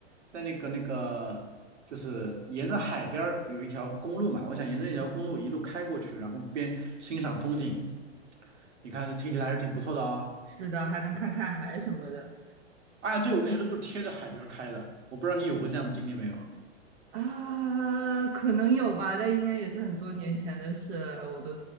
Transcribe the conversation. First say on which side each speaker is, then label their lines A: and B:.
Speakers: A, on the right (about 80°); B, on the right (about 55°).
A: 在那个那个。就是沿着海边儿有一条公路嘛，
B: 小周吗？
A: 我想沿着那条公路一路开过去，然后边欣赏风景。你看这听起来还是挺不错的啊。
B: 是的，还能看看海什么的。
A: 哎，对，我跟你说，就是贴着海边儿开的，我不知道你有过这样的经历没有？
B: 啊，可能有吧，但应该也是很多年前的事，我都